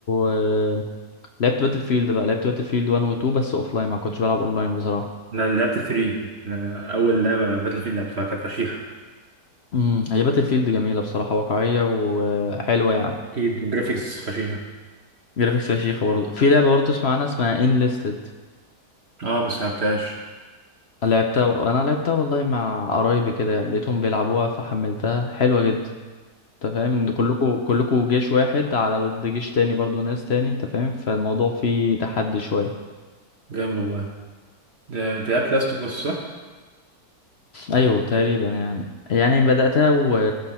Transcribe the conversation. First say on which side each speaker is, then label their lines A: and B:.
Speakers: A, on the left; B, on the right.
A: آه، لعبت باتل فيلد بقى لعبت باتل فيلد 1 و 2 بس اوف لاين ما كنتش بلعب اون لاين بصراحه
B: انا لعبت 3 اول لعبة باتل فيلد لعبتها كانت فشيخة
A: امم هي باتل فيلد جميله بصراحه واقعيه وحلوه يعني
B: اكيد وجرافيكس فشيخة
A: جرافيكس فشيخه برضو في لعبه برضو اسمها عنها اسمها ان ليستد
B: اه بس ما لعبتهاش
A: لعبتها انا لعبتها والله مع قرايبي كده لقيتهم بيلعبوها فحملتها حلوه جدا انت فاهم ان كلكوا كلكوا جيش واحد على ضد جيش تاني برضو ناس تاني انت فاهم فالموضوع فيه تحدي شوية
B: جامد والله ده انت لعبت لاست اوف اس صح؟
A: ايوه تقريبا يعني يعني بدأتها و...